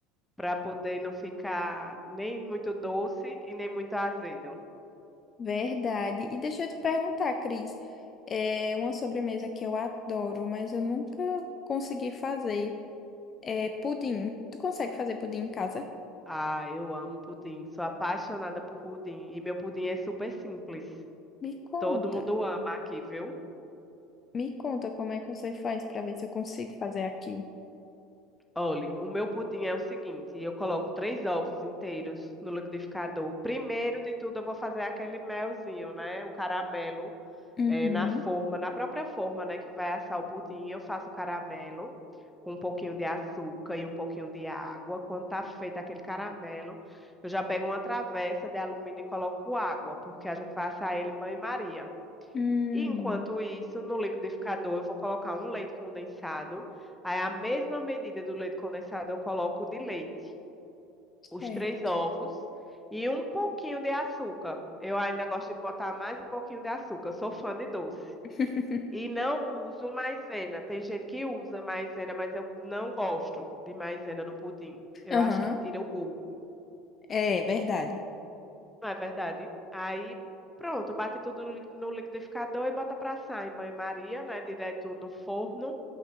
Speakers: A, in the centre; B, on the left.
A: para poder não ficar nem muito doce e nem muito azedo.
B: Verdade. E deixa eu te perguntar, Cris, é uma sobremesa que eu adoro, mas eu nunca consegui fazer. É pudim. Tu consegue fazer pudim em casa?
A: Ah, eu amo pudim, sou apaixonada por pudim e meu pudim é super simples.
B: Me conta.
A: Todo mundo ama aqui, viu?
B: Me conta como é que você faz para ver se eu consigo fazer aqui.
A: Olhe, o meu pudim é o seguinte: eu coloco três ovos inteiros no liquidificador. Primeiro de tudo, eu vou fazer aquele melzinho, né? O caramelo.
B: Uhum.
A: é, na forma, na própria forma, né, que vai assar o pudim, eu faço o caramelo com um pouquinho de açúcar e um pouquinho de água. Quando tá feito aquele caramelo, eu já pego uma travessa de alumínio e coloco água, porque a gente vai assar ele em banho-maria.
B: Hum,
A: E enquanto isso, no liquidificador, eu vou colocar um leite condensado. Aí, a mesma medida do leite condensado, eu coloco de leite, os
B: certo.
A: três ovos e um pouquinho de açúcar. Eu ainda gosto de botar mais um pouquinho de açúcar. Eu sou fã de doce.
B: <laughs>
A: E não uso maisena. Tem gente que usa maisena, mas eu não gosto de maisena no pudim. Eu
B: Aham.
A: acho que tira o gosto,
B: É verdade.
A: não é verdade? Aí, pronto, bate tudo no li- no liquidificador e bota pra assar em banho-maria, né? Direto no forno.